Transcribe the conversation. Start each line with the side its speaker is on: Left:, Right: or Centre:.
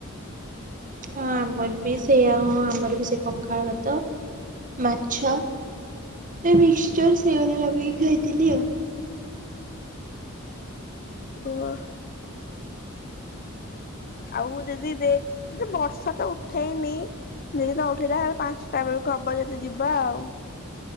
Right: ହଁ ଆମର ବି ସେଆ ଆମର ବି ସେ ପଖାଳ ଭାତ ମାଛ ଏ ମିିକ୍ସଚର ସେଓରେ ଲଗିକ ଖାଇଥିଲି ଆଉ।
Left: ଓହୋ। ଆଉ ଯଦି ଦେ ବର୍ଷା ତ ଉଠେଇନି ଯଦି ତ ଉଠେଇଲାଲେ ପାଞ୍ଚଟା ବେଳକୁ ହବ ଯଦି ଯିବା ଆଉ।